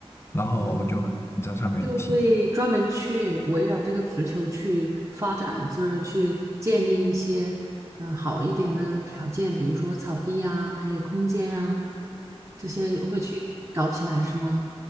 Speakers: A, on the left; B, on the right.
A: 然后就在上面踢。
B: 嗯，就会专门去围绕这个足球去发展，就是去建立一些呃好一点的条件，比如说草地啊，还有空间啊，这些会去搞起来是吗？